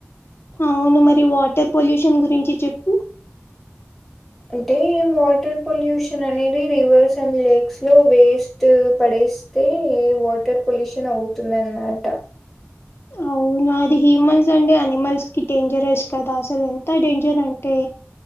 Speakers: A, on the left; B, in the centre.
A: అవును మరి వాటర్ పొల్యూషన్ గురించి చెప్
B: అంటే వాటర్ పొల్యూషన్ అనేది రివర్స్ అండ్ లేక్స్ లో వేస్టు పడేస్ స్తే వాటర్ పొల్యూషన్ అవుతుంది అన్మాట.
A: అవునా అది హ్యూమన్స్ అంటే అనిమల్స్ కి డేంజరస్ కదా అసలు ఎంతా డేంజర్ అంటే.